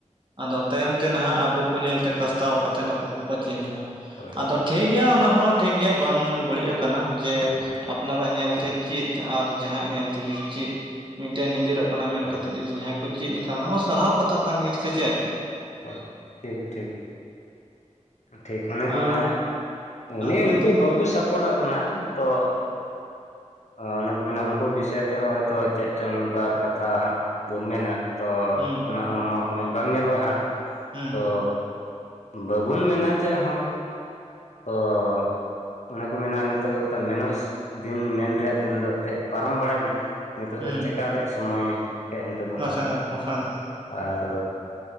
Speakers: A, on the right (about 40°); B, on the left (about 65°).
A: ᱟᱫᱚ ᱛᱟᱭᱚᱢ ᱛᱮᱱᱟᱦᱟᱜ ᱟᱵᱚ ᱠᱚ ᱧᱮᱞᱛᱮ ᱠᱟᱥᱛᱟᱣ ᱠᱟᱛᱮᱫ ᱫᱚᱠᱚ ᱪᱮᱫ ᱜᱮᱭᱟ᱾
B: ᱦᱳᱭ
A: ᱟᱫᱚ ᱴᱷᱤᱠ ᱜᱮᱭᱟ ᱚᱱᱟ ᱦᱚᱸ ᱴᱷᱤᱠ ᱜᱮᱭᱟ ᱵᱟᱝ ᱵᱟᱹᱲᱤᱡ ᱟᱠᱟᱱᱟ ᱡᱮ ᱟᱯᱱᱟᱨᱟᱜ ᱧᱮᱞᱛᱮ ᱪᱩᱛ ᱟᱨ ᱡᱟᱦᱟᱸ ᱧᱮᱞ ᱛᱮᱜᱮ ᱪᱩᱛ ᱢᱤᱫᱴᱮᱱ ᱱᱤᱡᱚᱨᱟᱜ ᱢᱮᱱ
B: ᱦᱳᱭ
A: ᱠᱟᱛᱮᱫ ᱡᱩᱫᱤ ᱡᱟᱦᱟᱸᱭ ᱠᱚ ᱪᱮᱫ ᱞᱮᱠᱟ ᱚᱱᱟᱢᱟ ᱥᱟᱨᱦᱟᱣ ᱠᱟᱛᱷᱟ ᱠᱟᱱ ᱜᱮᱭᱟ ᱥᱮ ᱪᱮᱫ?
B: ᱦᱚᱭ ᱴᱷᱤᱠ ᱴᱷᱤᱠ ᱴᱷᱤᱠ ᱚᱱᱮᱠᱚ
A: ᱟᱨ
B: ᱢᱮᱱᱟ ᱚᱱᱮ
A: ᱟᱨ ᱱᱤᱛᱚᱜ
B: ᱩᱱᱠᱩ
A: ᱫᱚ
B: ᱵᱟᱠᱚ ᱥᱟᱯᱚᱴᱟᱜ ᱠᱟᱱᱟ ᱛᱚ
A: ᱦᱩᱸ
B: ᱚᱱᱮ ᱠᱚ ᱢᱮᱱᱟ ᱩᱱᱠᱩ ᱵᱤᱥᱚᱭ ᱛᱮ ᱦᱚᱭᱛᱚ ᱪᱮᱫ ᱪᱚᱝ ᱢᱤᱫ ᱵᱟᱨ ᱠᱟᱛᱷᱟ ᱦᱟᱸᱜ ᱵᱚᱱ ᱢᱮᱱᱟ᱾ ᱛᱚ
A: ᱦᱩᱸ
B: ᱚᱱᱟ ᱦᱚᱸ ᱢᱚᱡᱽ ᱵᱟᱝ ᱧᱮᱞᱚᱜᱼᱟ ᱦᱟᱸᱜ᱾
A: ᱦᱩᱸ
B: ᱚ ᱵᱟᱵᱚᱱ ᱢᱮᱱᱟ ᱪᱮᱫ ᱦᱚᱸ᱾ ᱚ ᱚᱱᱮ ᱠᱚ ᱢᱮᱱᱟ ᱱᱤᱛᱚᱜ ᱫᱚ ᱛᱚ ᱢᱮᱱᱚᱥ ᱫᱤᱱ ᱢᱮᱱ ᱨᱮᱭᱟᱜ ᱫᱤᱱ ᱫᱚ ᱮᱛᱮᱫ ᱯᱟᱨᱚᱢ ᱵᱟᱲᱟᱭᱮᱱᱟ᱾ ᱱᱤᱛᱚᱜ
A: ᱦᱩᱸ
B: ᱫᱚ ᱪᱮᱠᱟ ᱨᱮᱭᱟᱜ ᱥᱚᱢᱚᱭ ᱦᱮᱡ ᱮᱱ ᱛᱟᱵᱚᱱᱟ᱾
A: ᱵᱟᱠᱷᱟᱡ ᱫᱚ ᱵᱟᱠᱷᱟᱡ ᱫᱚ
B: ᱟᱨ